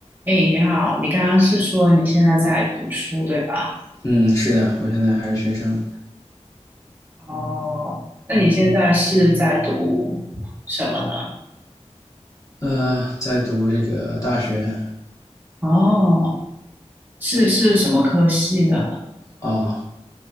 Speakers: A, on the right; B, on the left.
A: 哎，你好，你刚刚是说你现在在读书，对吧？
B: 嗯，是的，我现在还是学生，
A: 哦，那你现在是在读什么呢？
B: 呃，在读这个大学
A: 哦，是是什么科系的？
B: 哦，